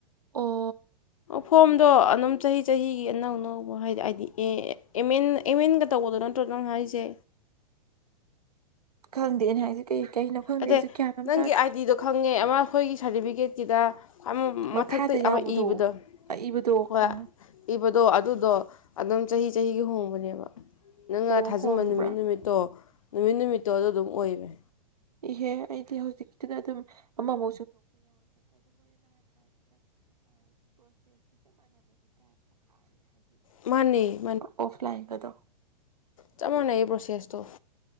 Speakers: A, on the right (about 70°); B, on the left (about 55°).
A: ꯑꯣ
B: ꯐꯣꯝꯗꯣ ꯑꯗꯨꯝ ꯆꯍꯤ ꯆꯍꯤꯒꯤ ꯑꯅꯧ ꯑꯅꯧꯕ ꯍꯥꯏꯗꯤ ꯍꯥꯏꯗꯤ ꯑꯦ ꯑꯦ ꯑꯦꯝ ꯑꯦꯦꯟꯒ ꯇꯧꯕꯗꯣ ꯅꯠꯇ꯭ꯔꯣ ꯅꯪ ꯍꯥꯏꯁꯦ
A: ꯈꯪꯗꯅꯦ ꯍꯥꯏꯗꯤ ꯀꯩ ꯀꯩꯅꯣ ꯈꯪꯗꯦ
B: ꯑꯗ
A: ꯑꯩꯁꯨ ꯒ꯭ꯌꯥꯟ ꯑꯃ
B: ꯅꯪꯒꯤ
A: ꯇꯥꯗꯦ
B: ꯑꯥꯏꯗꯤꯗꯣ ꯈꯪꯉꯦ ꯑꯃ ꯑꯩꯈꯣꯏꯒꯤ ꯁꯥꯔꯇꯤꯐꯤꯀꯦꯠꯀꯤꯗ ꯑꯃ
A: ꯃꯈꯥꯗ
B: ꯃꯊꯛꯇ
A: ꯌꯥꯎꯕꯗꯣ
B: ꯑꯃ ꯏꯕꯗꯣ
A: ꯑꯏꯕꯗꯣ
B: ꯍꯣꯏ
A: ꯎꯝ
B: ꯏꯕꯗꯣ ꯑꯗꯨꯗꯣ ꯑꯗꯨꯝ ꯆꯍꯤ ꯆꯍꯤꯒꯤ ꯍꯣꯡꯕꯅꯦꯕ ꯅꯪꯅ
A: ꯑꯣ
B: ꯊꯥꯖꯤꯟꯕ
A: ꯍꯣꯡꯕ꯭ꯔꯥ
B: ꯅꯨꯃꯤꯠ ꯅꯨꯃꯤꯠꯇꯣ ꯅꯨꯃꯤꯠ ꯅꯨꯃꯤꯠꯇꯣ ꯑꯗꯨ ꯑꯗꯨꯝ ꯑꯣꯏꯕꯅꯦ
A: ꯏꯍꯦ ꯑꯣꯟꯂꯥꯏꯟꯒꯥ
B: ꯃꯥꯅꯦ
A: ꯑꯣꯐꯂꯥꯏꯟꯒꯥꯗꯣ
B: ꯆꯥꯞ ꯃꯥꯟꯅꯩꯌꯦ ꯄꯔꯣꯁꯦꯁꯇꯣ